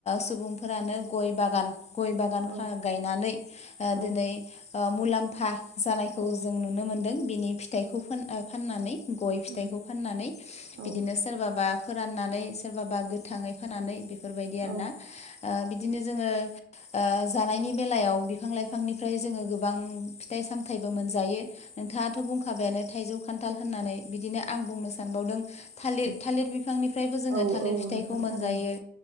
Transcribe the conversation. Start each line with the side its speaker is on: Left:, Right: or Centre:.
Left: सुबुंफोरानो गय बागान गय बागान
Right: औ
Left: खाम गायनानै आ
Right: औ
Left: दिनै आ मुलाम्फा जानायखौ
Right: औ
Left: जों नु नो मोनदों बिनि फिथाइखौ फान‌ फाननानै गय
Right: उम
Left: फिथाइखौ फाननानै
Right: औ
Left: बिदिनो सोरबाबा फोराननानै सोरबाबा गोथाङै फोनानै बेफोरबायदि
Right: औ
Left: आरो
Right: उम औ
Left: ना ओ बिदिनो जोङो ओ जानायनि बेलायाव बिफां लाइफांनिफ्राय जोङो गोबां फिथाइ सामथायाइबो मोनजायो नोंथाङाथ' बुंखाबायानो थाइजौ खान्थाल होननानै बिदिनो आं बुंनो सानबावदों थालिर थालिर
Right: औ
Left: बिफांनिफ्रायबो जोङो
Right: औ
Left: थालिर
Right: औ
Left: फिथाइखौ
Right: नोंथां
Left: मोनजायो
Right: थारैनो